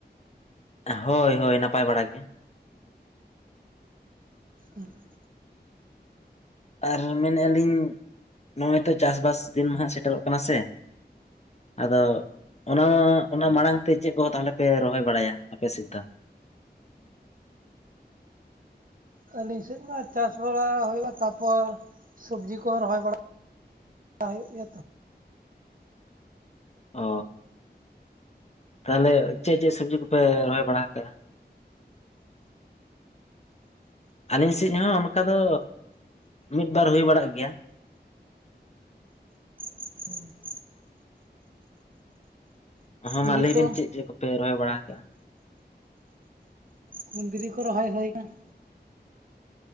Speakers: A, on the left; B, on the right.
A: ᱦᱳᱭ ᱦᱳᱭ ᱱᱟᱯᱟᱭ ᱵᱟᱲᱟ ᱜᱮ ᱾
B: <unintelligible>
A: ᱟᱨ ᱢᱮᱱᱮᱜᱼᱟ ᱞᱤᱧ, ᱱᱚᱜᱼᱚᱭ ᱛᱚ ᱪᱟᱥᱵᱟᱥ ᱫᱤᱱ ᱢᱟ ᱦᱟᱜ ᱥᱮᱴᱮᱨᱚᱜ ᱠᱟᱱᱟ ᱥᱮ ᱟᱫᱚ ᱚᱱᱟ ᱚᱱᱟ ᱢᱟᱲᱟᱝ ᱛᱮ ᱪᱮᱫ ᱠᱚ ᱛᱟᱦᱞᱮ ᱯᱮ ᱨᱚᱦᱚᱭ ᱵᱟᱲᱟᱭᱟ ᱟᱯᱮ ᱥᱮᱫ ᱫᱚ? <unintelligible>
B: ᱟᱹᱞᱤᱧ ᱥᱮᱫ ᱢᱟ ᱪᱟᱥ ᱵᱟᱲᱟ ᱦᱳᱭ ᱱᱟ ᱛᱟᱯᱚᱨ ᱥᱚᱵᱽᱡᱤ ᱠᱚᱚᱸ ᱨᱚᱦᱚᱭ ᱵᱟᱲᱟ ᱦᱩᱭᱩᱜ ᱜᱮᱭᱟ ᱛᱚ ᱾
A: ᱚ ᱾ ᱛᱟᱦᱚᱞᱮ ᱪᱮᱫ ᱪᱮᱫ ᱥᱚᱵᱽᱡᱤ ᱠᱚᱯᱮ ᱨᱚᱦᱚᱭ ᱵᱟᱲᱟ ᱟᱠᱟᱜᱼᱟ? ᱟᱹᱞᱤᱧ ᱥᱮᱫ ᱦᱚᱸ ᱚᱱᱠᱟ ᱫᱚ ᱢᱤᱫ ᱵᱟᱨ ᱦᱩᱭ ᱵᱟᱲᱟᱜ ᱜᱮᱭᱟ ᱾
B: <unintelligible>
A: ᱦᱚᱸ
B: ᱫᱷᱤᱨᱤ
A: ᱢᱟ ᱞᱟᱹᱭ
B: ᱠᱚ
A: ᱵᱤᱱ ᱪᱮᱫ ᱪᱮᱫ ᱠᱚᱯᱮ ᱨᱚᱦᱚᱭ ᱵᱟᱲᱟ ᱠᱟᱜᱼᱟ?
B: ᱠᱩᱸᱫᱽᱨᱤ ᱠᱚ ᱨᱚᱦᱚᱭ ᱦᱳᱭ ᱱᱟ ᱾